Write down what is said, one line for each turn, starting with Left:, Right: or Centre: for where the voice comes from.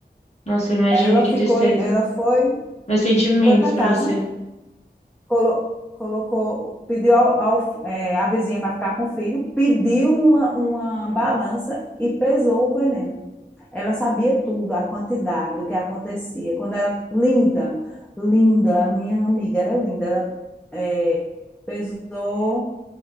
Left: nossa, imagina
Centre: Ela
Left: que
Centre: ficou,
Left: tristeza.
Centre: ela foi,
Left: Meus sentimentos
Centre: foi para
Left: pra
Centre: casa,
Left: você.
Centre: colo- colocou, pediu ao, ao- eh, a vizinha para ficar com o filho, pediu uma, uma balança e pesou o veneno. Ela sabia tudo, a quantidade, o que acontecia. Quando era linda, linda, a minha amiga era linda. Ela eh, pesou